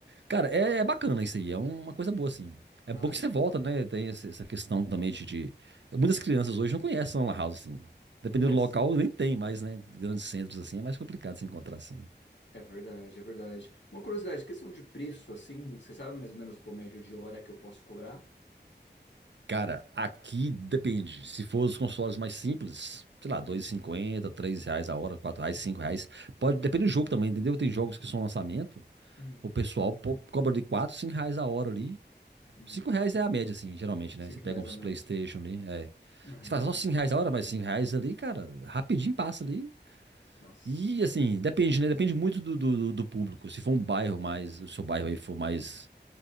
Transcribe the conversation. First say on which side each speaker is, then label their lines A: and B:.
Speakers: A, on the right (about 80°); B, on the left (about 85°).
A: Cara, é, é bacana isso aí, é uma coisa boa, assim. É
B: Nossa.
A: bom que você volta, né? Tem esse- essa questão também de, de- Muitas crianças hoje não conhecem a lan house, assim. Dependendo
B: Mas
A: do local, nem tem mais, né? Grandes centros, assim, é mais complicado se encontrar, assim.
B: É verdade, é verdade. Uma curiosidade, questão de preço, assim, você sabe mais ou menos o médio de hora que eu posso cobrar?
A: Cara, aqui depende. Se for os consoles mais simples, sei lá,
B: Hum,
A: dois e cinquenta, três reais a hora, quatro reais, cinco reais,
B: hum,
A: Pode, depende do jogo também, entendeu? Tem jogos que são lançamento,
B: hum,
A: o pessoal pô- cobra de quatro, cinco reais a hora ali.
B: hum.
A: cinco reais é a média, assim, geralmente,
B: Cinco
A: né? Você pega
B: reais
A: uns
B: a média.
A: Playstation ali, é.
B: Ah,
A: Você faz só 5 reais a hora, mas 5 reais ali, cara, rapidinho passa ali.
B: nossa.
A: E, assim, depende, né? Depende muito do, do, do público. Se for um bairro mais, se o seu bairro aí for mais,